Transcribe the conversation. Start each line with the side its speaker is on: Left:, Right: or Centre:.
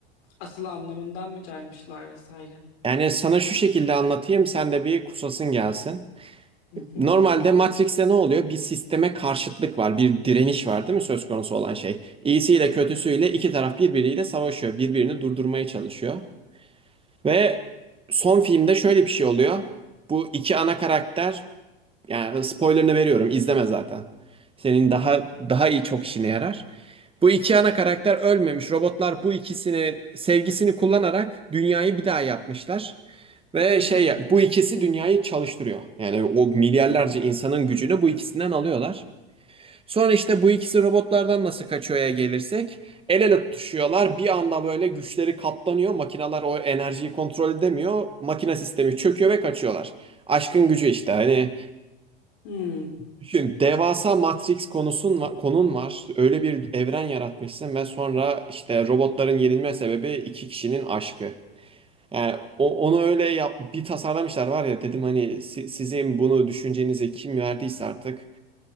Left: asıl anlamından mı caymışlar vesaire?
Right: Yani sana şu şekilde anlatayım, sen de bir kusasın gelsin.
Left: <laughs>
Right: Normalde Matrix'te ne oluyor? Bir sisteme karşıtlık var, bir direniş var değil mi söz konusu olan şey? İyisiyle
Left: Hı
Right: kötüsüyle
Left: hı,
Right: iki taraf birbiriyle savaşıyor, birbirini durdurmaya çalışıyor. Ve son filmde şöyle bir şey oluyor. Bu iki ana karakter yani spoilerını veriyorum. İzleme zaten. Senin
Left: hı
Right: daha daha iyi çok işine yarar. Bu iki ana karakter ölmemiş. Robotlar bu ikisini sevgisini kullanarak dünyayı bir daha yapmışlar. Ve
Left: hı, hı
Right: şey
Left: hı.
Right: bu ikisi dünyayı çalıştırıyor. Yani o milyarlarca insanın gücünü bu ikisinden alıyorlar. Sonra işte bu ikisi robotlardan nasıl kaçıyor'ya gelirsek el ele tutuşuyorlar. Bir anda böyle güçleri katlanıyor. Makineler o enerjiyi kontrol edemiyor. Makine sistemi çöküyor ve kaçıyorlar. Aşkın gücü işte. Hani
Left: Hmm,
Right: Düşün, devasa Matrix konusun va- konun var. Öyle bir evren yaratmışsın ve sonra işte robotların yenilme sebebi iki kişinin aşkı. Yani o- onu öyle yap, bir tasarlamışlar var ya dedim hani si- sizin bunu düşüncenize kim verdiyse artık